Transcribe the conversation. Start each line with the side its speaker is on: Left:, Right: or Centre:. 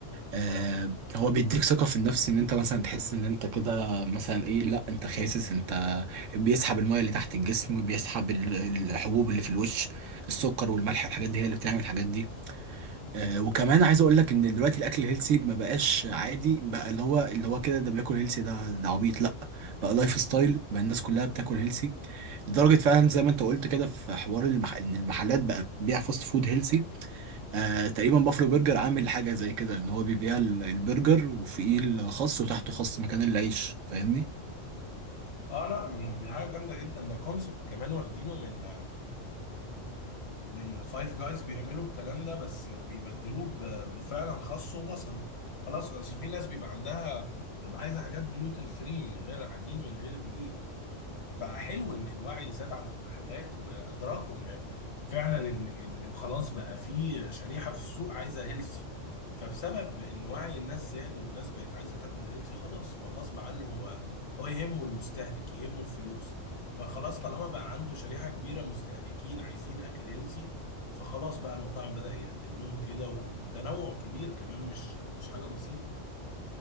Right: آه هو بيديك ثقه في النفس ان انت مثلا تحس ان انت كده مثلا ايه لا انت خاسس انت بيسحب الميه اللي تحت الجسم بيسحب ال- الحبوب اللي في الوش السكر والملح الحاجات دي هي اللي بتعمل الحاجات دي آه، وكمان عايز اقول لك ان دلوقتي الاكل الهيلثي ما بقاش عادي بقى اللي هو اللي هو كده ده بياكل هيلثي ده ده عبيط لا بقى لايف ستايل بقى الناس كلها بتاكل هيلثي لدرجه فعلا زي ما انت قلت كده في حوار المح... ان المحلات بقى بتبيع فاست فود هيلثي آه تقريبا بافلو برجر عامل حاجه زي كده ان هو بيبيع ال- البرجر وفوقيه الخس وتحته خس مكان العيش فاهمني
Left: اه لا م- دي حاجه جامده جدا ده كونسبت كمان واخدينه من من فايف جايز بيعملوا الكلام ده بس بيبدلوه ب- بفعلا خس وبصل خلاص اصل في ناس بيبقى عندها بيبقى عايزه حاجات جلوتين فري من غير عجين من غير دقيق فحلو ان الوعي زاد عند المحلات وادراكوا ان فعلا ان إن خلاص بقى في شريحه في السوق عايزه هيلثي فبسبب ان وعي الناس زاد والناس بقت عايزه تاكل هيلثي خلاص فغصب عنه هو هو يهمه المستهلك يهمه الفلوس فخلاص طالما بقى عنده شريحه كبيره مستهلكين عايزين اكل هيلثي فخلاص بقى المطاعم بدأ يقدم لهم كده وبتنوع كبير كمان مش مش حاجه بسيطه